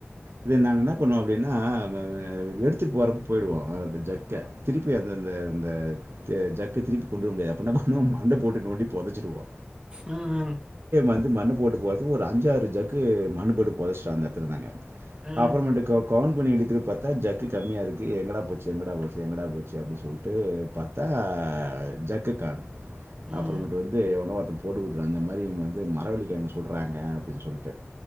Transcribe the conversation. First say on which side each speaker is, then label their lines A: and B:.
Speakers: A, on the right (about 75°); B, on the right (about 20°).
A: இது நாங்க என்ன பண்ணுவோ அப்டினா <unintelligible> எடுத்துட் போறப்போ போயிடுவோ அது ஜக்க திருப்பி அந்தந்த அந்த தே, ஜக்க திருப்பி கொண்டு வர முடியாது அப்ப என்ன பண்ணுவோ மண்ண போட்டு நோண்டி பொதச்சிருவோ
B: உம் உம்
A: வந்து மண்ண போட்டு போறது ஒரு அஞ்சாரு ஜக்கு மண்ண போட்டு பொதச்சுட்டோ அந்த எட்த்துல நாங்க
B: அ.
A: அப்பறோமேட்டிக் க கவுன் ன்னா பண்ணி எடுக்கிறது பாத்தா ஜக்கு கம்மியாக இருக்குது எங்கடா போச்சு எங்கடா போச்சு எங்கடா போச்சு அப்டின் சொல்லிட்டு பாத்தா ஜக்கு காணு
B: ம்.
A: அப்றமேட்டு வந்து <unintelligible> <inaudible> போட்டு குடுத்துட்டன் அந்த மாரி இவன் து மரவள்ளிக்கெழங்கு சொல்றாங்க அப்டின் சொல்ட்டு